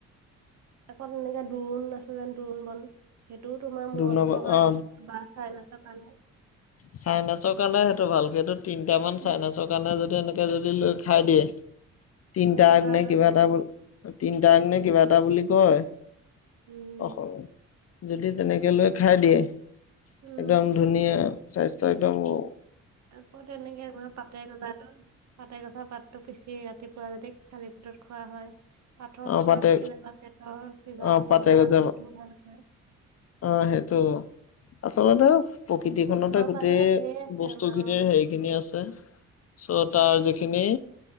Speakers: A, on the right (about 65°); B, on the left (about 55°).
A: আকৌ এনেকে দোৰণ আছে যেন দোৰণ বন। সেইটোও তোমাৰ মূৰ
B: দুনৰ
A: বিষয়ৰ কাৰণে
B: অ
A: বা চাই নাচৰ কাৰণে।
B: চাইনাচৰ কাৰণে সেইটো ভাল সেইটো তিনিটা মান
A: উম
B: চাইনাচৰ- যদি এনেকে যদি লৈ খাই দিয়ে, তিনটা
A: অ
B: আগ
A: ভাল
B: নে
A: হৈ
B: কিবা
A: যায়
B: এটা বোল- তিনিটা আগনে কিবা এটা বুলি কয়।
A: উম।
B: অসমত যদি তেনেকৈ লৈ খাই দিয়ে,
A: উম
B: একদম ধুনীয়া। স্বাস্থ্য একদম অ।
A: আকৌ তেনেকে পাতে গজাটো। পাতে গজা পাতটো পিচি ৰাতিপুৱা যদি খালি পিটত খোৱা হয়। পাথৰ
B: অ
A: চাথৰ
B: পাতে
A: থাকিলে বা পেটৰ কিবা
B: অ
A: অসুবিধা
B: পাতে
A: হ'লে
B: যাব
A: সেইটোও ভাল হয়।
B: অ সেইটো, আচলতে প্ৰকৃতিখনতে
A: ওচৰে
B: গোটেই,
A: পাজৰে ঢেৰ আছে
B: বস্তু
A: আমাৰ অ
B: খিনিৰ হেৰি খিনি আছে। চ'
A: উম
B: তাৰ যিখিনি